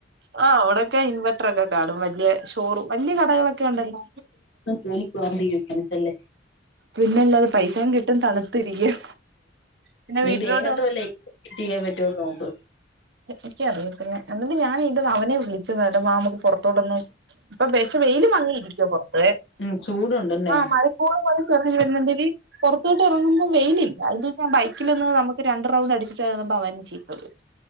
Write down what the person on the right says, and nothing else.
ആ അവിടെ ഇക്ക ഇൻവെർട്ടർ അല്ലെ കാട്ടിലും വലിയ സ്റ്റോർ വലിയ കടകളൊക്കെ ഉണ്ടല്ലോ
പിന്നെല്ലാതെ പൈസയും കിട്ടും തണുത്ത് ഇരിക്കും പിന്നെ
വീട്ടിലോട്ട്
എനിക്ക് അറിയത്തില്ല എന്നിട്ട് ഞാൻ ഇത് അവനെ വിളി നെടുമ പുറത്തോട്ടൊന്ന് ഇപ്പൊ <unintelligible> വെയിൽ മങ്ങി ഇരിക്കുവോ പുറത്ത്
ആ മഴക്കോളൂ പോലെ ചെറിയ പുറത്തോട്ട് ഇറങ്ങുമ്പോ വെയിലില്ല അതിന്റെ ഞാൻ ബൈക്കിൽലൊന്ന് നമുക്ക് രണ്ട് റൗണ്ട് അടിച്ചിട്ടായി അവൻ എന്നെ ചീത്തവിളിച്ച്